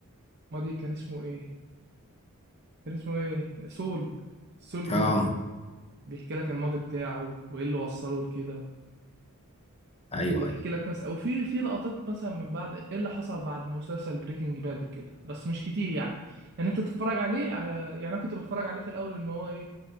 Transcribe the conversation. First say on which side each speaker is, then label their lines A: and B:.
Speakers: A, on the right; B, on the left.
A: ماضي كان اسمه ايه كان اسمه ايه سول سول جودمان
B: اه
A: بيحكي لك الماضي بتاعه وايه اللي وصله لكده
B: ايوه
A: ويحكي
B: ايوه
A: لك مثلا او في في لقطات مثلا من بعد ايه اللي حصل بعد مسلسل بريكنج باد وكده بس مش كتير يعني يعني انت تتفرج عليه على- يعني انا كنت بتفرج عليه في الاول ان هو ايه